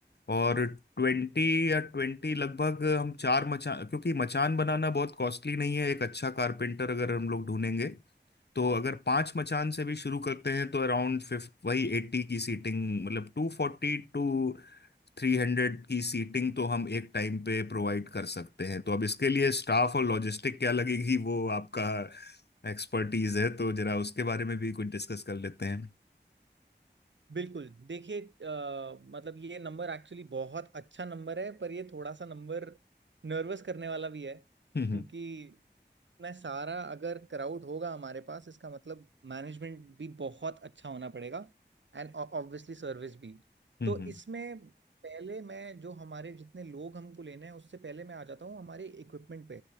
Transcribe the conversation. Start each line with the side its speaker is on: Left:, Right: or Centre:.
Left: और ट्वेंटी या ट्वेंटी लगभग हम चार मचान क्योंकि मचान बनाना बहुत कॉस्टली नहीं है एक अच्छा कारपेंटर अगर हम लोग ढूंढेंगे तो अगर पांच मचान से भी शुरू करते हैं तो अराउंड फिफ्थ वही एट्टी की सीटिंग मतलब टू फोर्टी टू थ्री हंड्रेड की सीटिंग तो हम एक टाइम पे प्रोवाइड कर सकते हैं तो अब इसके लिए स्टाफ और लॉजिस्टिक क्या लगेगी वो आपका एक्सपर्टीज है तो जरा उसके बारे में भी कुछ डिस्कस कर लेते हैं
Right: बिल्कुल देखिए अ, मतलब ये नंबर एक्चुअली बहुत अच्छा नंबर है पर ये थोड़ा सा नंबर नर्वस करने वाला भी है
Left: हम्म
Right: क्योंकि मैं सारा अगर क्राउड होगा हमारे पास इसका मतलब मैनेजमेंट भी बहुत अच्छा होना पड़ेगा एंड ऑब्वियसली सर्विस भी
Left: हम्म
Right: तो इसमें पहले मैं जो हमारे जितने लोग हमको लेने हैं उससे पहले मैं आ जाता हूँ हमारे इक्विपमेंट पे